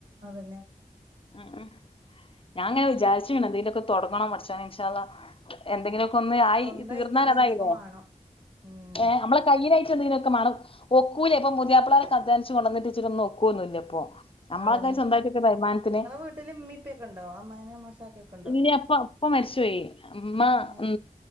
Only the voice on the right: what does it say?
അതന്നെ
സ്വന്തായിട്ട്
എന്തെങ്കിലുമൊക്കെ മാണം ഉം
അതന്നെ
നിങ്ങളെ വീട്ടില് ഇമ്മീം ഇപ്പീം ഒക്കെ ഉണ്ടോ അമ്മായിമ്മേം അമ്മോശാക്കയും ഒക്കെ ഉണ്ടോ
ഏഹ്